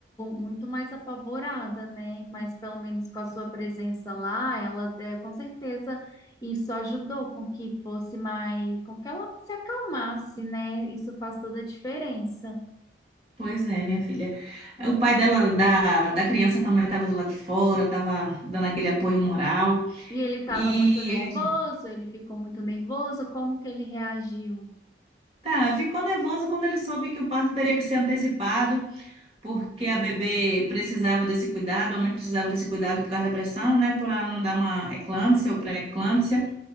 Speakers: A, on the left; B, on the right.
A: muito mais apavorada, né? Mas pelo menos com a sua presença lá, ela eh, com certeza isso ajudou com que fosse mais, com que ela se acalmasse, né? Isso faz toda a diferença.
B: Pois é, minha filha. O pai dela, da, da criança também estava do lado de fora, estava dando aquele apoio moral.
A: E ele estava
B: E
A: muito nervoso,
B: a gente-
A: ele ficou muito nervoso, como que ele reagiu?
B: tá, ficou nervoso quando ele soube que o parto teria que ser antecipado. porque a bebê precisava desse cuidado, a mãe precisava desse cuidado por causa da pressão, né? Por ela não dar uma eclâmpsia ou pré-eclâmpsia.